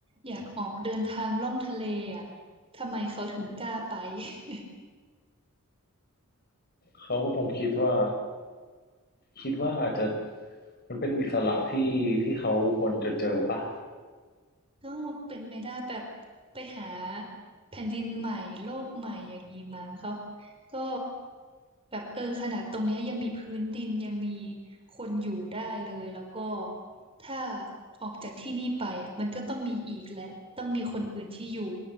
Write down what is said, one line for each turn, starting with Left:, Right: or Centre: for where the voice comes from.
Right: อยากออกเดินทางล่องทะเลอะทำไมเขาถึงกล้าไป <laughs>
Left: เขาก็คงคิดว่าคิดว่าอาจจะมันเป็นอิสระที่ที่เขาควรจะเจอปะ
Right: ก็เป็นไม่ได้แบบไปหาแผ่นดินใหม่โลกใหม่อย่างนี้มั้งเขาก็แบบเออขนาดตรงเนี้ยยังมีพื้นดินยังมีคนอยู่ได้เลยแล้วก็ถ้าออกจากที่นี่ไปอ่ะมันก็ต้องมีอีกและต้องมีคนอื่นที่อยู่